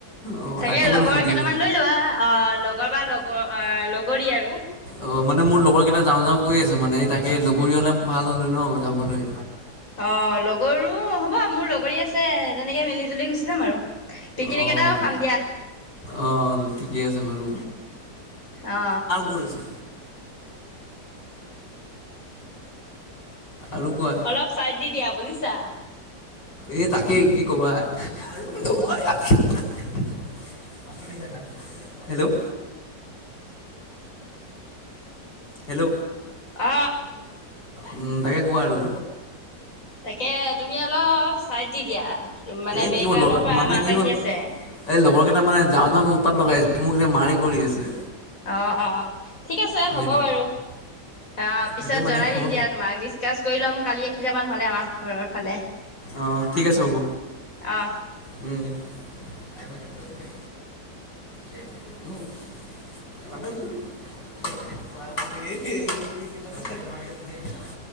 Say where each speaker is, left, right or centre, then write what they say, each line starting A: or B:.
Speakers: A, on the left; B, on the left.
A: অ'
B: তাকে
A: মানে
B: লগৰ
A: সুধি
B: কেইটামান
A: আছোঁ।
B: লৈ লোৱা, অ, লগ লগৰ বা লগৰ লগৰী আৰু।
A: অ, মানে মোৰ লগৰ কেইটা যাওঁ-যাও কৈ আছে, মানে তাকে, লগৰী হ'লে ভাল হ'লে ন যাবলৈ।
B: অ, লগৰো হ'ব, মোৰ লগৰী আছে, তেনেকে মিলি-জুলি গুচি যাম আৰু। পিকনিক
A: অ'
B: এটাও খাম দিয়া।
A: অ, ঠিকে আছে বাৰু।
B: অ
A: কৰিছে। আৰু কোৱা?
B: অলপ চাইট দি দিয়া বুজিছা!
A: এ, তাকে কি কবা? <unintelligible> হেল্ল'! হেল্ল'!
B: অ।
A: উম, বাকী কোৱা আৰু?
B: তাকে, তুমি অলপ চাইড দি দিয়া, মানে
A: এই কি
B: বেকগ্ৰাউণ্ডৰ
A: হ'ল
B: পৰা
A: মানে
B: মাত
A: কি
B: আহি
A: হ'ল
B: আছে।
A: এই লগৰ কেইটা মানে যাওঁ-যাওঁকৈ উটপাত লগাই আছে। মোক এতিয়া মাৰি কৰি আছে।
B: অ, অ, ঠিক আছে,
A: সেইটো
B: হ'ব বাৰু! অ, পিছত
A: তাকে মানে
B: জনাই
A: হ'ব
B: দিম দিয়া তোমাক, ডিচকাচ কৰি ল'ম, কালি আহি যাবা নহ'লে আমাৰ ঘৰৰ ফালে।
A: অ ঠিক আছে হ'ব।
B: অঁ
A: দনদি। কেক দিলোঁ। বাবৰে।